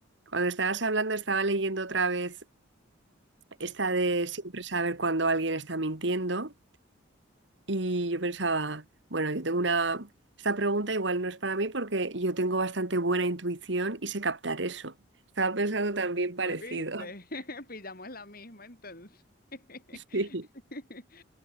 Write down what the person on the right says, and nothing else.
cuando estabas hablando estaba leyendo otra vez esta
de
siempre saber cuando alguien está mintiendo Y yo pensaba, bueno, yo tengo una... Esta pregunta igual no es para mí porque yo tengo bastante buena intuición y sé captar eso. Estaba pensando también parecido.
<laughs>
Sí.